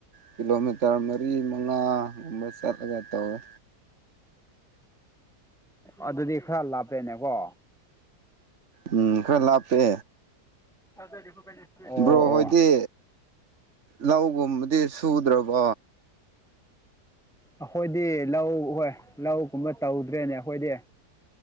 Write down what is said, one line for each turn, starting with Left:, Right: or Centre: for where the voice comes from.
Right: ꯀꯤꯂꯣꯃꯤꯇꯔ ꯃꯔꯤ ꯃꯉꯥꯒꯨꯝꯕ ꯆꯠꯂꯒ ꯇꯧꯋꯦ
Centre: ꯑꯗꯨꯗꯤ ꯈꯔ ꯂꯥꯞꯄꯦꯅꯦꯀꯣ
Right: ꯎꯝ ꯈꯔ ꯂꯥꯞꯄꯦ
Centre: <unintelligible>
Right: ꯕ꯭ꯔꯣ
Centre: ꯑꯣ
Right: ꯍꯣꯏꯗꯤ ꯂꯧꯒꯨꯝꯕꯗꯤ ꯁꯨꯗ꯭ꯔꯕꯣ
Centre: ꯑꯩꯈꯣꯏꯗꯤ ꯂꯧ ꯍꯣꯏ ꯂꯧꯒꯨꯝꯕ ꯇꯧꯗ꯭ꯔꯦꯅꯦ ꯑꯩꯈꯣꯏꯗꯤ